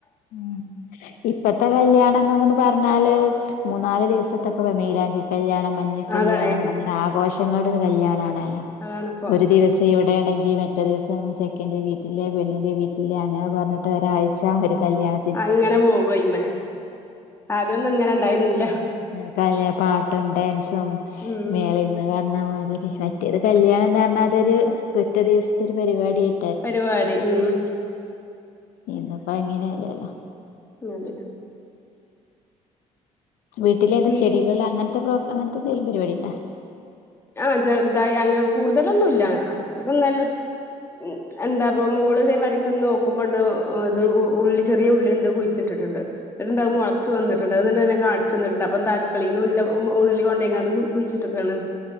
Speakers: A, on the left; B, on the left.
A: ഉം ഇപ്പത്തെ കല്യാണം <unintelligible> പർഞ്ഞാല് മൂന്നാല് ദിവസത്തൊക്കെ വ മൈലാഞ്ചി കല്യാണം മ ഞ്ഞ കല്യാണം
B: അതാണേ
A: അങ്ങനെ ആഘോഷങ്ങളുടെ ഒരു കല്യാണാണല്ലോ
B: അതാണിപ്പോ
A: ഒരു ദിവസ ഇവ്ടെയാണെങ്കി മറ്റേ ദിവസം ചെക്കൻ്റെ വീട്ടിലെ പെണ്ണിൻറെ വീട്ടിലേ അങ്ങനെ പർഞ്ഞിട്ട് ഒരാഴ്ച ഒര് കല്യാണ
B: അങ്ങനെ പോകു അയ്മേ ആദ്യംന്നും ഇങ്ങനെ ഇണ്ടായില്ല.
A: ആഹ് കാലിയ പാട്ടും ഡാൻസും
B: ഉം
A: മേള <unintelligible> മാതിരി മറ്റേത് കല്യാണം എന്ന് ർഞ്ഞാ അതരു ഒറ്റ ദിവസത്തെ ഒരു പരിപാടിയായി
B: പരിപാടി ഉം ഉം
A: ഇന്ന്പ്പ അങ്ങനെയല്ലല്ലോ.
B: അതെ
A: വീട്ടിലെതാ
B: ഉം
A: ചെടികൾ അങ്ങൻത്തെ പ്രോ അങ്ങൻത്തെ എന്തെലും പരിപാടി ണ്ടോ?
B: ആഹ് ചെർതായി അങ്ങ് കൂടുതലൊന്നുംല്ല. ഇപ്പ നല്ല ഉം എന്താപ്പ മോള് ഇതേ മര്ക്ക്ന്ന് നോക്കുമ്പോണ്ട് ഇത് ഉള്ളി ചെറിയ ഉള്ളിണ്ട് കു ട്ട്ട്ട്ണ്ട് ഇത്ണ്ടാവും മൊളച്ച് വന്ന് <unintelligible> കാൺച്ചന്ന്ട്ട്ണ്ട് അപ്പം ന്താ അട്ക്കളേന്ന് മെല്ലെ ഉള്ളി കൊണ്ടോയിക്കാണ്ട് കുഴിച്ചിട്ടക്കാണ്.